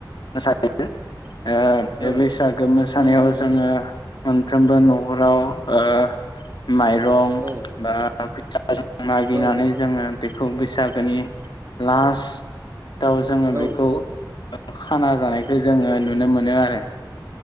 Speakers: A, on the left; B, on the right.
A: मोसायो। ऐ बे
B: औ
A: बैसागोनो मो थानायावहाय
B: नंगौ नंगौ
A: जोङो मोनफ्रोमबो ओ न'खराव ओ। माइरं
B: औ
A: बा फै जों मागिनानै
B: औ
A: जोङो बे खौ बैसागोनि लास्ट दाव जोङो
B: औ
A: बेखौ खाना जानाय खै जोङो
B: औ
A: नुनो मोनो आरो।